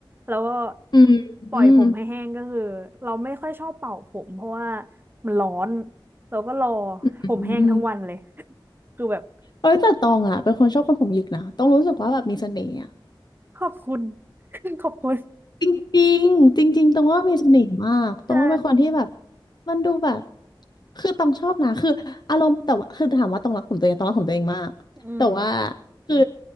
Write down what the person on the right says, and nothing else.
แล้วก็
ปล่อยผมให้แห้งก็คือเราไม่ค่อยชอบเป่าผมเพราะว่ามันร้อนเราก็รอ
ผมแห้งทั้งวันเลย <laughs> คือแบบ
ขอบคุณ <laughs> ขอบคุณ
ใช่
อืม